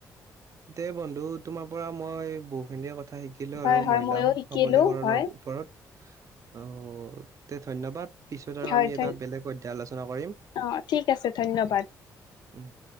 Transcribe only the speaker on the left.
হয়
হয়
ময়ো শিকিলো
হয়
হয়
ধন
অ ঠিক আছে ধন্যবাদ